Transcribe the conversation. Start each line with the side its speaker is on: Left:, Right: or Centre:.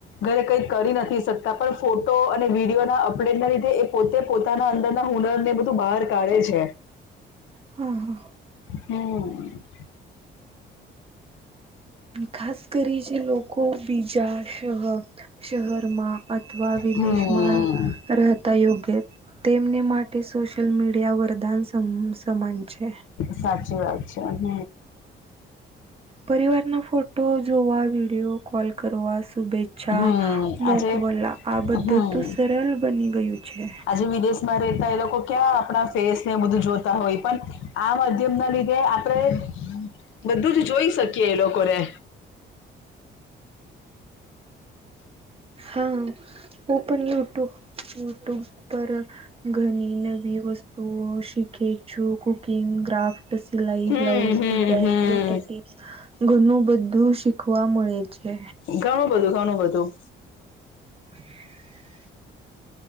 Left: ઘરે કઈ કરી નથી શકતા પણ ફોટો અને વિડીિયો ના અપડેટના લીધે એ પોતે પોતાના અંદરના હુનર ને બધું બહાર કાઢે છે
Right: હા હા
Left: હમ
Right: ખાસ કરી જે લોકો બીજા શર શહેરમાં અથવા વિદેશમાં
Left: હમ
Right: રહે યોગ્ય તેમને માટે સોશિયલ મીડિયા વરદાન સમાન છે
Left: સાચી વાત છે હમ
Right: પરિવારના ફોટો જોવા વિડિયો કોલ કરવા શુભેચ્છા
Left: હમ
Right: મોકવલા
Left: આજે
Right: આ બધું
Left: હમ
Right: તો સરળ બની ગયું છે
Left: આજે વિદેશમાં રહેતા એ લોકો ક્યાં આપણા ફેસ ને બધું જોતા હોય પણ આ માધ્યમ ના લીધે આપણે બધું જ જોઈ શકીએ એ લોકોને
Right: હા. ઓપન યુટુ યુટ્યુબ પર ઘણી નવી વસ્તુઓ શીખે છું કુકિંગ ક્રાફ્ટ સિલાઈ
Left: હમ
Right: બ્લાઉઝ
Left: હમ
Right: ડિઝઇન
Left: હમ
Right: બ્યુટી ટિપ્સ ઘણું બધું શીખવા મળે છે.
Left: ઘણું બધું ઘણું બધું
Right: હ